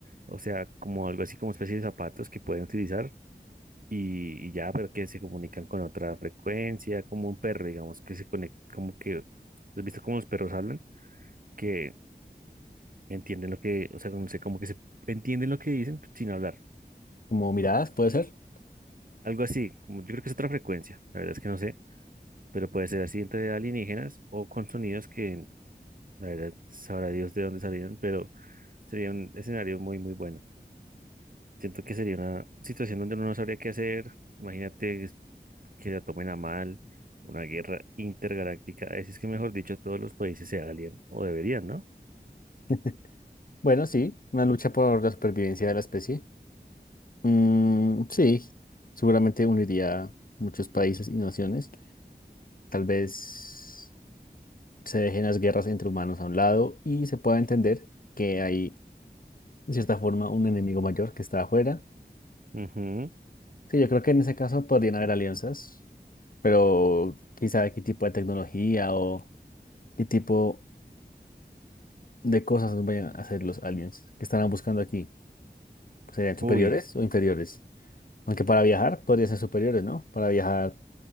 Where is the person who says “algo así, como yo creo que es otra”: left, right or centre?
Right